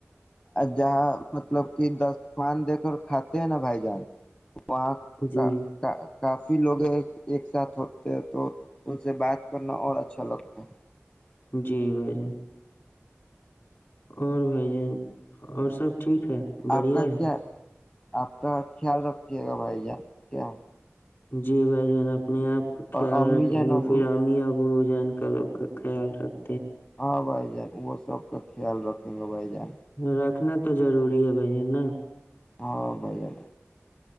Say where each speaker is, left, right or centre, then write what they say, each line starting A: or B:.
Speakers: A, on the left (about 25°); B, on the left (about 55°).
A: جہاں مطلب کہ دستخوان دے کر کھاتے ہیں نا بھائی جان و
B: جی
A: کا <unintelligible> کافی لوگ ایک ساتھ ہوتے ہیں تو ان سے بات کرنا اور اچھا لگتا ہے
B: جی بھائی جان اور بھائی جن اور سب ٹھیک ہے بڑھیا
A: آپ کا
B: ہے
A: کیا آپ کا خیال رکے گا بھائی جان کیا ہے؟
B: جی بھائی ج ن آپ اپنے آپ کا خیال
A: اور امی
B: رکھیں
A: جان
B: گے
A: ابو
B: پھر ہم ہی آپ وہ جان کا لوگ کا خیال رکھ
A: ہاں بھائی جان ا سب کے خیال رکھیں گے بھائی جا
B: رکھنا تو ضروری ہے بھائین نا
A: ہاں بھائی جان